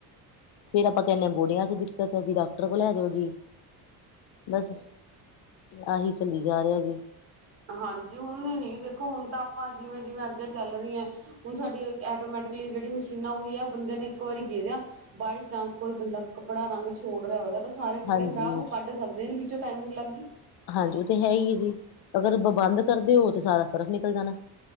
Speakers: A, on the left; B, on the right.
A: ਫੇਰ ਆਪਾਂ ਕਹਿੰਦੇ ਹਾਂ ਗੋੜਿਆਂ ਚ' ਦਿੱਕਤ ਹੈ ਜੀ ਡਾਕਟਰ ਕੋਲ ਲੈ ਜਾਓ ਜੀ। ਬਸ, ਆਹੀ ਚੱਲੀ ਜਾ ਰਿਹਾ ਜੀ।
B: ਹਾਂਜੀ ਹੁਣ ਨ ਨੀ। ਦੇਖੋ ਹੁਣ ਤਾਂ ਆਪਾਂ ਜਿਵੇਂ -ਜਿਵੇਂ ਅੱਗੇ ਚੱਲ ਰਹੀ ਹੈ। ਹੁਣ ਸਾਡੀ ਐਟੋਮੈਟਿਕਲੀ ਜਿਹੜੀ ਮਸ਼ੀਨਾਂ ਉਹੀ ਆ ਬੰਦਿਆਂ ਨੇ ਇੱਕ ਵਾਰੀ ਗੇਰਿਆ। ਬਾਈ ਚਾਂਸ ਕੋਈ ਬੰਦਾ ਕੱਪੜਾ ਰੰਗ ਛੋੜ ਰਿਹਾ ਹੋਏਗਾ। ਸਾਰੇ ਕੱਪੜੇ
A: ਹਾਂਜੀ
B: ਖਰਾਬ ਉਹ ਕੱਢ ਸਕਦੇ ਨੇ ਵਿੱਚੋਂ ਟਾਈਮਿੰਗ ਲੱਗ ਗਈ।
A: ਹਾਂਜੀ ਉਹ ਤੇ ਹੈ ਹੀ ਹੈ ਜੀ। ਅਗਰ ਬੰਦ ਕਰਦੇ ਹੋ ਤਾਂ ਸਾਰਾ ਸਰਫ ਨਿਕਲ ਜਾਣਾ।